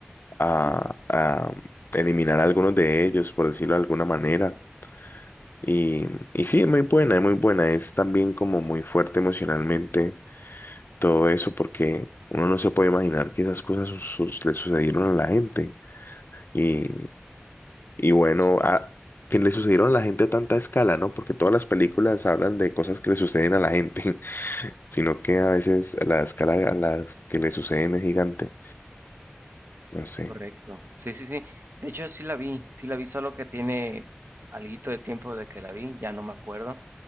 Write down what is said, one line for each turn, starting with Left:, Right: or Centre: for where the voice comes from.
Left: a, a eliminar a algunos de ellos, por decirlo de alguna manera. Y, y sí, es muy buena, es muy buena. Es también como muy fuerte emocionalmente todo eso, porque uno no se puede imaginar que esas cosas su- su- le sucedieron a la gente. Y, y bueno,
Right: Sí,
Left: a, que le sucedieron a la gente a tanta escala, ¿no? Porque todas las películas hablan de cosas que le suceden a la gente, <laughs> sino que a veces la escala a las que le suceden es gigante. No sé.
Right: correcto. Sí, sí, sí. De hecho, sí la vi, sí la vi, solo que tiene alguito de tiempo de que la vi, ya no me acuerdo.